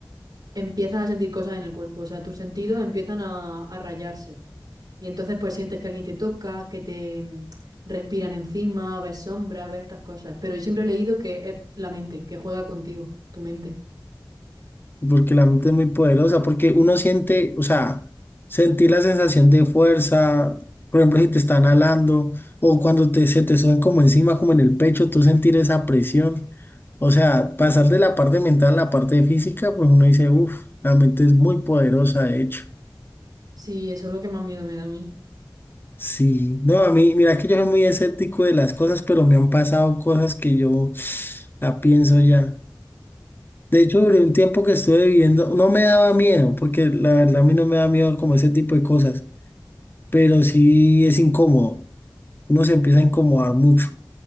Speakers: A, on the right; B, on the left.
A: empiezas a sentir cosas en el cuerpo, o sea, tus sentidos empiezan a, a rayarse y entonces pues sientes que alguien te toca, que te mm, respiran encima, ves sombras, ves estas cosas, pero yo siempre he leído que es la mente, que juega contigo, tu mente.
B: Porque la mente es muy poderosa, porque uno siente, o sea, sentir la sensación de fuerza, por ejemplo, si te están alando o cuando te, se te suben como encima, como en el pecho, tú sentir esa presión. O sea, pasar de la parte mental a la parte física, pues uno dice, uff, la mente es muy poderosa, de hecho.
A: Sí, eso es lo que más miedo me da a mí.
B: Sí, no, a mí, mira que yo soy muy escéptico de las cosas, pero me han pasado cosas que yo <sighs> la pienso ya. De hecho, durante un tiempo que estuve viviendo, no me daba miedo, porque la verdad a mí no me da miedo como ese tipo de cosas, pero sí es incómodo. Uno se empieza a incomodar mucho,